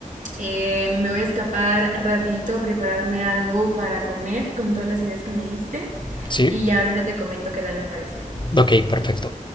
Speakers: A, on the right (about 65°); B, on the left (about 35°).
A: eh, me voy a escapar rapidito a prepararme algo para comer con todas las ideas que me diste.
B: Sí,
A: Y ya ahorita te comento qué tal me pareció.
B: ok, perfecto.